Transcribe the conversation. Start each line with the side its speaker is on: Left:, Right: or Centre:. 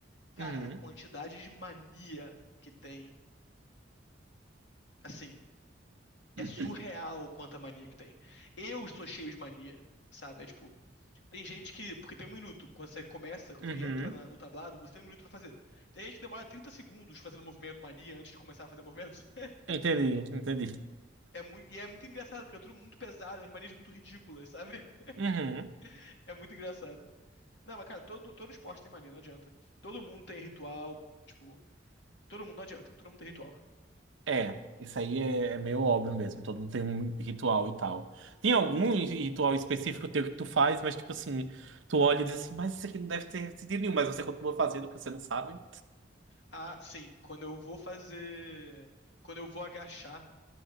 Left: cara,
Right: Uhum.
Left: a quantidade de mania que tem Assim, é
Right: <laughs>
Left: surreal quanta mania que tem. Eu sou cheio de mania, sabe? É tipo, tem gente que. Porque tem um minuto. Quando você começa, quando
Right: Uhum.
Left: você entra na- no tablado, você tem um minuto pra fazer. Tem gente que demora 30 segundos fazendo movimento mania antes de começar a fazer movimento. <laughs>
Right: Entendi, entendi.
Left: É muito, e é muito engraçado, porque é tudo muito pesado, as manias muito ridículas, sabe?
Right: Uhum.
Left: <laughs> É muito engraçado. Não, mas cara, todo, todo esporte tem mania, não adianta. Todo mundo tem ritual, tipo, todo mundo não adianta, todo mundo tem ritual.
Right: É, isso aí é, é meio óbvio mesmo. Todo mundo tem um ritual e tal. Tem algum ritual específico teu que tu faz, mas tipo assim, tu olha e diz assim, mas isso aqui não deve ter sentido nenhum, mas você continua fazendo porque você não sabe.
Left: Ah, sim, quando eu vou fazer. Quando eu vou agachar.